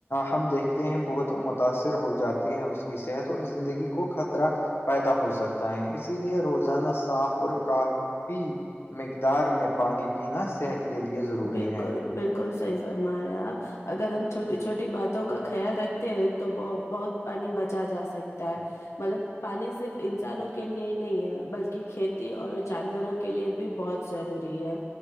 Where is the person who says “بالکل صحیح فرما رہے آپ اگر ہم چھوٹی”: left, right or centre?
Left